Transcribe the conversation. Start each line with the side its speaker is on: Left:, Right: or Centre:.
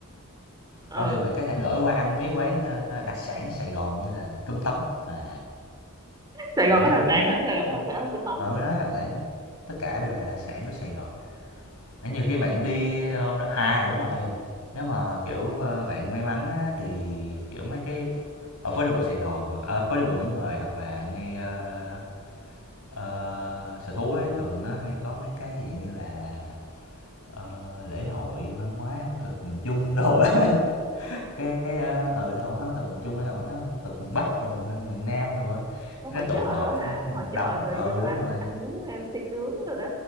Right: ừ
Left: Không thì mình có thể đổi qua ăn mấy quán ờ, đặc sản Sài Gòn như là cơm tấm. À,
Right: Sài Gòn
Left: đấy.
Right: có đặc sản hả Sài Gòn có đặc sản là cũng nóng
Left: ừ
Right: mà.
Left: đó đặc sản tất cả đều là đặc sản của Sài Gòn Đấy, nhiều khi bạn đi hôm đó à đúng rồi nếu mà kiểu ờ, bạn may mắn á, thì kiểu mấy cái ở phố đi bộ Sài Gòn hoặc ở phố đi bộ Nguyễn Huệ hoặc là ngay ờ, ờ, sở thú ấy thường nó hay có mấy cái dạng như là ờ, lễ hội văn hóa ẩm thực miền Trung đồ á <laughs> cái ờ, ừ lễ hội văn hóa ẩm thực miền Trung lễ hội văn hóa ẩm thực miền Bắc rồi miền Nam rồi á
Right: có
Left: nó
Right: hội
Left: tụ
Right: chợ
Left: họp
Right: rồi hả
Left: á,
Right: Cái
Left: một
Right: hội chợ
Left: đống
Right: rồi
Left: ừ
Right: vô ăn
Left: đúng rồi
Right: ăn nướng ăn xiên nướng rồi đó